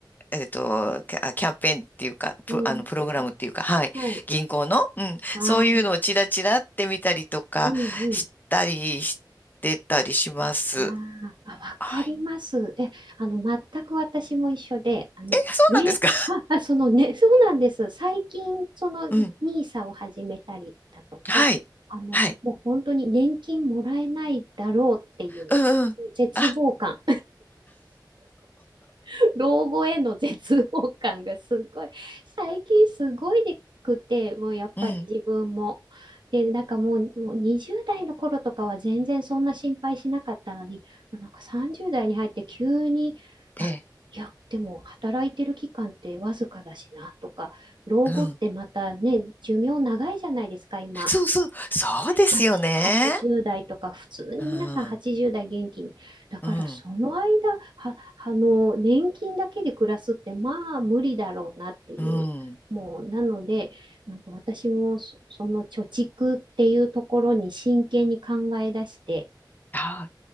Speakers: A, on the left; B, on the right.
A: えっと、キャキャンペーンっていうか、プ、
B: うん
A: あの、プログラムっていうか、はい、
B: はい。
A: 銀行の、うん、
B: あ
A: そういうのをチラチラって見たりとかしたりしてたりします。
B: ー、うん、あーあ、わかります。
A: はい。
B: え、あの、全く私も一緒で、あの、
A: え、そうなんですか
B: ね、あ、あ、そのね、そうなんです。最近、その、
A: <laughs> うん。
B: ニーサを始めたりだとか、
A: はい。
B: あの、
A: はい。
B: もう本当に年金もらえないだろうっていう
A: うんうん。
B: 絶望感。
A: あ、
B: <laughs> 老後への絶望感がすごい、最近すごいでくて、もうやっぱり自分も。
A: うん。
B: で、なんかもう、もう20代の頃とかは全然そんな心配しなかったのに、なんか30代に入って急に、あいや、
A: ええ。
B: でも働いてる期間ってわずかだしなとか、老後ってまたね、
A: うん。
B: 寿命長いじゃないですか、今。
A: そうそう、そうですよね。
B: 8、80代とか、普通に皆さん80代元気に。
A: うん、
B: だからその間、
A: うん、
B: は、あの、年金だけで暮らすって、まあ無理だろうなっていう。
A: うん。
B: もう、なので、なんか私もそ、その貯蓄っていうところに真剣に考え出して、
A: あ